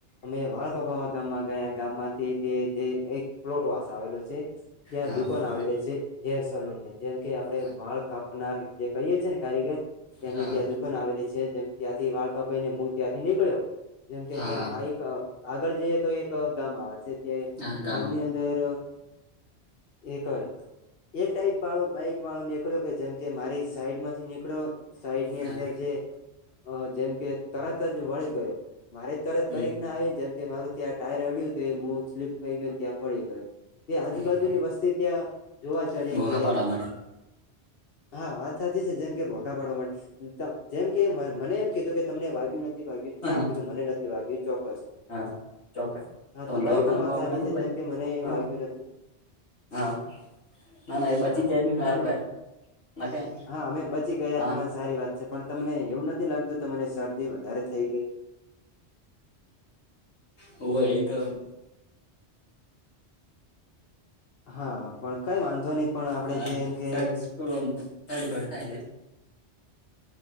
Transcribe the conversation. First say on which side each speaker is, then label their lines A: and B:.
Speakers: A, on the left; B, on the left.
A: અમે વાળખપાવા ગામમાં ગયા ગામમાંથી તે જે એક પ્લોટવાસ આવેલો છે ત્યાં
B: હા
A: દુકાન
B: પ્લોટમાં
A: આવેલ છે હેર સલૂન નીંદર જેમ કે આપડે
B: હા
A: વાળ કાપનાર જે કહીએ છી ને કારીગર એમને
B: હા
A: ત્યા એ જેમ ત્યાંથી વાળકા ભાઈ ને હું ત્યાંથી નીકળ્યો જેમ કે
B: હા
A: ત્યાં આ એક આગળ જઈએ તો એક ગામ આવે છે.
B: હા ગામમાં
A: ગામની અંદર એકય એ ટાઈપ વાળો બાઈક વાળો નીકળ્યો. જેમ કે મારી સાઈડ માંથી નીકળો સાઈડ ની
B: હા
A: અંદર હ જેમ કે તરત જ વળી ગયો. મારે તરત
B: હમ
A: બારીક ના આવને જેમ કે મારું ત્યાં ટાયર આડ્યું હતું એ હું સ્લીપ ખઈ ગયો ત્યાં પડી ગયો. તે આજુબાજુની
B: હા
A: વસ્તી ત્યાં જોવા ચડે
B: બોઘા
A: કે
B: પાડવા માટે
A: હા વાત સાચી છે જેમ કે બો પાડવા જેમ કે મને એમ કીધું કે તમને વાગ્યું નથી. નથી વાગ્યું
B: હા
A: ના કીધું મને નથી વાગ્યું ચોક્કસ.
B: હા ચોક્કસ
A: હા
B: તમે
A: તમારી
B: દવાખાને
A: પણ વાત
B: બવાખાને
A: સાચી
B: નથી
A: છે
B: લાગી
A: જેમ કે મને
B: હા
A: વાગ્યું નથી.
B: હા ના ના એ બચી
A: હા
B: જ જાયને સારી
A: તમ
B: વાત ના કઈ
A: હા અમે બચી ગયા
B: હા
A: તમારી સારી વાત છે પણ તમને એવું નથી લાગતું તમને શરદી વધારે થઈ ગઈ
B: ઓ એ તો
A: હા પણ કઈ વાંધો નહી પણ આપણેે
B: હા
A: જે એમ કે
B: સર થોડો તડફડ થાય છે